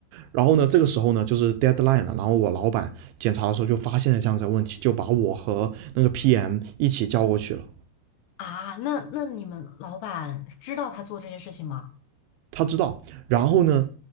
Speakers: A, on the right; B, on the left.
A: 然后呢，这个时候呢，就是 deadline 了。然后我老板检查的时候就发现了这样子的问题，就把我和那个 PM 一起叫过去了。
B: 啊，那那你们老板知道他做这些事情吗？
A: 他知道，然后呢，